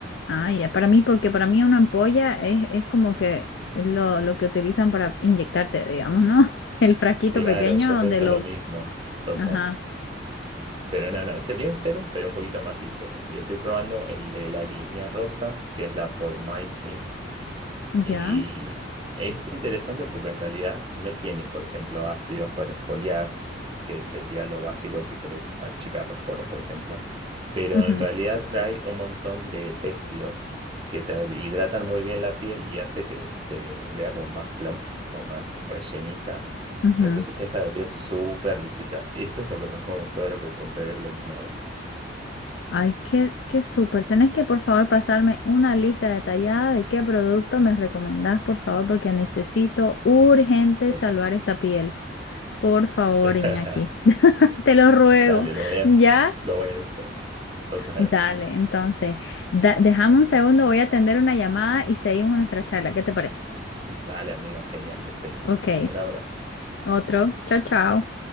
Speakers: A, on the left (about 70°); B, on the right (about 30°).
A: Ah, ya. Para mí, porque para mí una ampolla es, es como que lo, lo que utilizan para inyectarte, digamos, ¿no? <laughs> El frasquito
B: Claro,
A: pequeño
B: yo
A: donde
B: pienso
A: lo...
B: lo mismo, total.
A: Ajá,
B: Pero no, no, sería un serum, pero un poquito más ligero. Yo estoy probando el de la línea rosa, que es la Pormycin, Y
A: ya.
B: es interesante porque en realidad no tiene, por ejemplo, ácidos para exfoliar, que sería lo básico si querés achicar los poros, por ejemplo. Pero
A: Ujú,
B: en realidad trae un montón de péptidos que te hidratan muy bien la piel y hace que se vea como más plump, como más rellenita.
A: ujú.
B: Entonces te deja la piel súper lisita. Eso es lo que más me gustó de lo que compré la última vez.
A: Ay, qué, qué súper. Tenés que, por favor, pasarme una lista detallada de qué producto me recomendás, por favor, porque necesito urgente
B: Total.
A: salvar esta piel. Por favor,
B: <laughs>
A: Iñaki. <laughs> Te lo ruego.
B: Dale, lo voy a,
A: ¿Ya?
B: lo voy a hacer. Total.
A: Dale, entonces, da- dejame un segundo, voy a atender una llamada y seguimos nuestra charla. ¿Qué te parece?
B: Dale, amiga, genial, te espero.
A: Ok,
B: Un abrazo.
A: otro. Chao, chao.